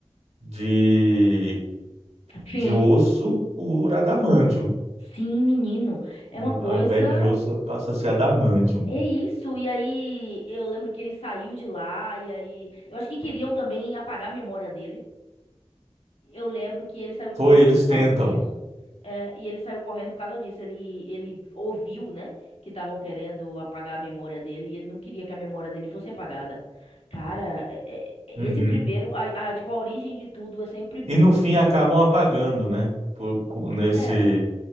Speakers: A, on the right (about 80°); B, on the left (about 70°).
A: de, de
B: Sim,
A: osso por adamantium.
B: sim, menino. É uma coisa.
A: Ao invés de osso, passa a ser adamantium.
B: É isso. E aí, eu lembro que ele saiu de lá, e aí. Eu acho que queriam também apagar a memória dele. Eu lembro que ele saiu correndo
A: Foi, eles
B: por
A: tentam.
B: causa disso. É, e ele saiu correndo por causa disso. Ele, ele ouviu, né, que estavam querendo apagar a memória dele, e ele não queria que a memória dele fosse apagada. Cara, é- é-
A: Uhum.
B: esse primeiro, a, a- tipo, a origem de tudo é sempre bom.
A: E no fim acabam apagando, né? Por- com- nesse,
B: É,